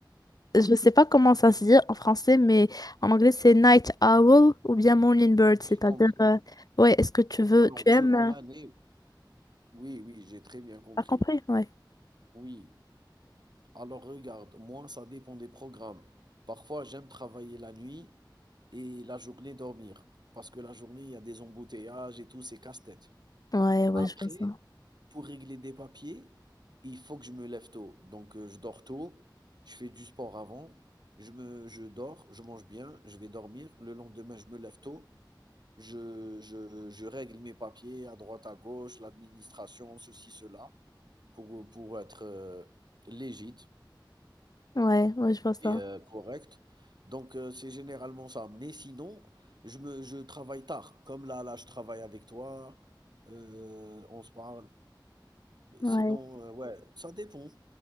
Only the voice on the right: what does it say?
J'ai
compris.
Alors,
durant
l'année, oui, oui, j'ai très bien compris.
Oui. Alors, regarde, moi, ça dépend des programmes. Parfois, j'aime travailler la nuit et la journée dormir. Parce que la journée, il y a des embouteillages et tout, c'est casse-tête.
Après,
pour régler des papiers, il faut que je me lève tôt. Donc, heu, je dors tôt, je fais du sport avant, je me je dors, je mange bien, je vais dormir. Le lendemain, je me lève tôt, Je, je, je règle mes papiers à droite, à gauche, l'administration, ceci, cela, pour, pour être euh, légit
et euh, correct. Donc, euh, c'est généralement ça. Mais sinon, je me, je travaille tard. Comme là, là, je travaille avec toi, euh, on se parle. Mais
sinon, euh, ouais, ça dépend.